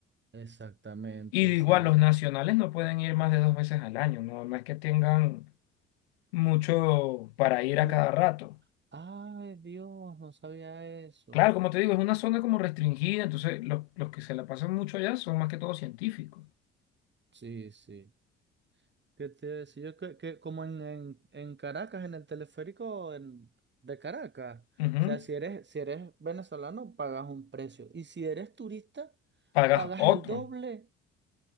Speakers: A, on the right (about 35°); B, on the left (about 75°).
A: Exactamente,
B: Y igual
A: sí.
B: los nacionales no pueden ir más de dos veces al año, no, no es que tengan mucho para ir a
A: Mu-
B: cada rato.
A: Ay, Dios, no sabía eso.
B: Claro, como te digo, es una zona como restringida, entonces los, los que se la pasan mucho allá son más que todo científicos.
A: Sí, sí. ¿Qué te iba a decir? Yo que, que como en, en, en Caracas, en el teleférico en- de Caracas.
B: Ujú.
A: O sea, si eres, si eres venezolano, pagas un precio. Y si eres turista,
B: Pagas
A: pagas
B: otro.
A: el doble.